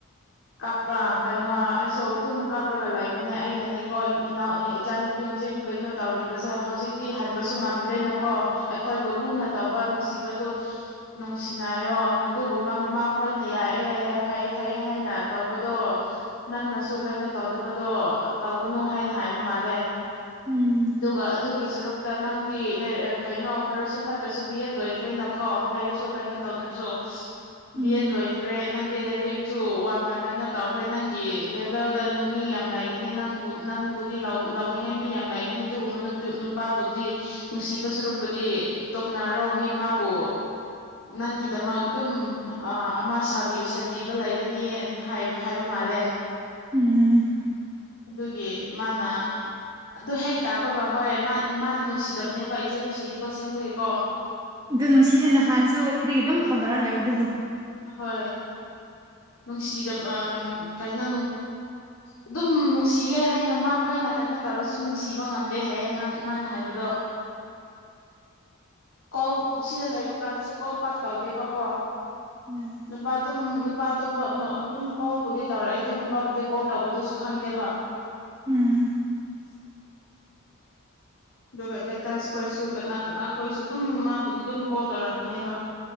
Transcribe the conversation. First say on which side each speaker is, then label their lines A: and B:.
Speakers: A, on the left; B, on the right.
A: ꯀꯞ ꯀꯩꯅꯣ ꯑꯩꯁꯨ ꯑꯗꯨꯝ ꯀꯥꯞꯔꯒ ꯂꯩꯕꯅꯦ ꯑꯩꯅꯅꯦꯀꯣ ꯏꯅꯥꯎ ꯏꯆꯥꯅꯨꯄꯤ ꯍꯧꯖꯤꯛ ꯀꯩꯅꯣ ꯇꯧꯔꯤꯕꯁꯦ ꯍꯧꯖꯤꯛꯇꯤ ꯍꯟꯕꯁꯨ ꯉꯝꯗ꯭ꯔꯦꯅꯀꯣ ꯑꯩꯈꯣꯏꯕꯨ ꯂꯨꯅ ꯇꯧꯕ ꯅꯨꯡꯁꯤꯕ ꯑꯗꯨ ꯅꯨꯡꯁꯤꯅꯌꯣ ꯑꯗꯨꯒꯨꯝꯕ ꯃꯃꯥꯈꯣꯏꯅ ꯌꯥꯏꯑꯦ ꯌꯥꯏꯌꯦꯦ ꯐꯩꯌꯦ ꯐꯩꯌꯦ ꯍꯥꯏꯅ ꯇꯧꯕꯗꯣ ꯅꯪꯅꯁꯨ ꯀꯩꯅꯣ ꯇꯧꯗꯕꯗꯣ ꯇꯧꯒꯅꯨ ꯍꯥꯏꯅ ꯍꯥꯏꯕ ꯃꯥꯂꯦ
B: ꯎꯝ
A: ꯑꯗꯨꯒ ꯑꯗꯨ ꯒꯤ ꯁꯔꯨꯛꯇ ꯅꯪꯗꯤ ꯀꯩꯅꯣ ꯐꯔꯁꯨ ꯐꯠꯇ꯭ꯔꯁꯨ ꯕꯤ ꯑꯦꯗ ꯂꯣꯏꯈ꯭ꯔꯦꯩꯅ ꯀꯣ ꯍꯥꯏꯔꯁꯨ ꯀꯥꯏꯅꯣ ꯇꯧꯗ꯭ꯔꯁꯨ
B: ꯎꯝ
A: ꯕꯤ ꯑꯦꯗ ꯂꯣꯏꯈ꯭ꯔꯦ ꯅꯪꯗꯤ ꯂꯥꯏꯔꯤꯛꯁꯨ ꯋꯥꯡꯅ ꯀꯩꯅꯣ ꯇꯧꯈ꯭ꯔꯦ ꯅꯪꯒꯤ ꯂꯦꯚꯦꯜꯗ ꯃꯤ ꯌꯥꯝ ꯂꯩꯒꯅꯤ ꯅꯪꯕꯨ ꯅꯪꯕꯨꯗꯤ ꯂꯧꯅꯤꯡꯉꯥꯏ ꯃꯤ ꯌꯥꯝ ꯂꯩꯒꯅꯤ ꯑꯗꯨꯒꯨꯝꯕ ꯅꯨꯄꯤ ꯅꯨꯄꯥꯕꯨꯗꯤ ꯅꯨꯡꯁꯤꯕ ꯁꯔꯨꯛꯄꯨꯗꯤ ꯇꯣꯛꯅꯔꯣ ꯃꯤ ꯃꯥꯕꯨ ꯅꯪꯒꯤꯗꯃꯛ ꯑꯗꯨꯝ ꯑꯃꯥ ꯁꯥꯕꯤ ꯁꯦꯝꯕꯤꯕ ꯂꯩꯒꯅꯤ ꯍꯥꯏꯕ ꯍꯥꯏꯕ ꯃꯥꯜꯂꯦ
B: ꯎꯝ
A: ꯑꯗꯨꯒꯤ ꯃꯥꯅ ꯑꯗꯨ ꯍꯦꯛ ꯇꯥꯕꯒ ꯍꯣꯏ ꯃꯥꯗꯤ ꯅꯨꯡꯁꯤꯗꯕꯅꯦꯕ ꯏꯆꯦ ꯂꯨꯁꯤꯗꯤꯀꯣ ꯑꯁꯦꯡꯕꯒꯤꯀꯣ
B: ꯑꯗꯣ ꯅꯨꯡꯁꯤꯗ ꯅꯍꯥꯟꯁꯨ ꯁꯤꯗꯒꯤ ꯑꯗꯨꯝ ꯐꯥꯎꯅꯔ ꯂꯩꯥꯛꯑꯦꯕ ꯑꯗꯨꯕꯨ
A: ꯍꯣꯏ ꯅꯨꯡꯁꯤꯗꯕ ꯎ ꯀꯩꯅꯣ ꯑꯗꯨꯝ ꯅꯨꯡꯁꯤꯒꯦ ꯍꯥꯏꯅ ꯃꯥꯈꯣꯏꯅ ꯀꯩꯅꯣ ꯇꯧꯔꯁꯨ ꯅꯨꯡꯁꯤꯕ ꯉꯝꯗꯦ ꯍꯥꯏꯌꯦ ꯃꯥꯅ ꯍꯥꯏꯕꯗꯣ ꯀꯣ ꯁꯤꯗ ꯂꯩꯕ ꯀꯥꯟꯗꯁꯨ ꯀꯧꯜ ꯄꯥꯛ ꯇꯧꯗꯦꯕꯀꯣ
B: ꯎꯝ
A: ꯅꯨꯄꯥ ꯑꯗꯨꯝ ꯅꯨꯄꯥ ꯑꯇꯣꯞꯄꯅ ꯑꯗꯨꯨꯝ ꯀꯣꯜꯕꯨꯗꯤ ꯇꯧꯔꯛꯑꯦ ꯑꯗꯨ ꯅꯨꯄꯥꯕꯨꯗꯤ ꯀꯣꯜ ꯇꯧꯕꯗꯨꯁꯨ ꯈꯪꯗꯦꯕ꯫
B: ꯎꯝ
A: <inaudible> ꯑꯗꯨꯒ ꯇꯥꯏꯇꯥꯁ ꯈꯣꯏꯁꯨ ꯀꯅꯥ-ꯀꯅꯥ ꯈꯣꯏꯁꯨ ꯑꯗꯨꯝ ꯃꯥꯕꯨꯗꯤ ꯑꯗꯨꯝ ꯀꯣꯜ ꯇꯧꯔꯛꯄꯅꯦꯕ꯫